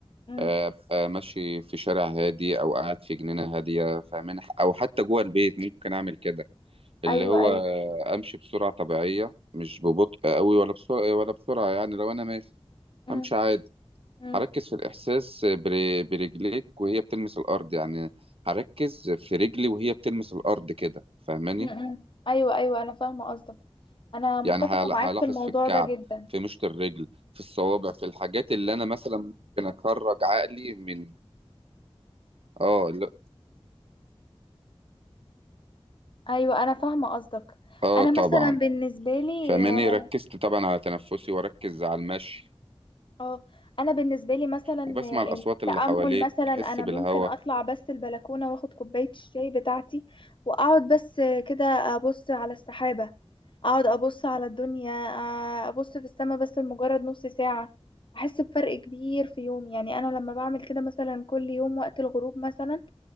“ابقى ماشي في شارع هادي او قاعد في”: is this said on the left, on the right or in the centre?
Right